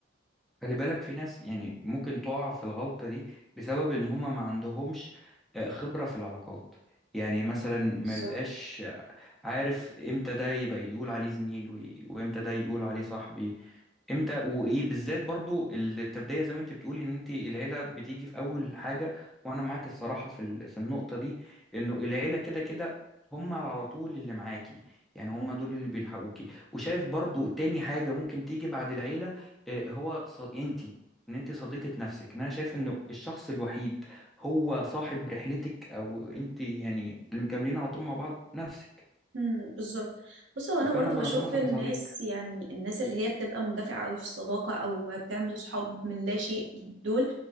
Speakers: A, in the centre; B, on the right.
A: خلي بالك في ناس يعني ممكن تقع في الغلطه دي بسبب ان هما ما عندهمش آه، خبره في العلاقات يعني مثلا ما
B: بالظبط
A: يبقاش عارف امتى ده يبقى يقول عليه زميل وي- وامتى ده يقول عليه صاحبي امتى وايه بالذات برضو التبدية زي ما انت بتقولي ان انت العيلة بتيجي في اول حاجة وانا معاك الصراحة في ال- في النقطة دي انه العيلة كده كده هم على على طول اللي معاكي يعني هم دول اللي بيلحقوكي وشايف برضو تاني حاجة ممكن تيجي بعد العيلة اه، هو ص... انت ان انت صديقة نفسك ان انا شايف انه الشخص الوحيد هو صاحب رحلتك او انت يعني اللي مكملين على طول مع بعض نفسك
B: امم بالظبط بص هو انا برضو
A: فانا بنصنفك
B: بشوف الناس
A: كصديق
B: يعني الناس اللي هي بتبقى مندفعه قوي في الصداقه او بتعمل صحاب من لا شيء دول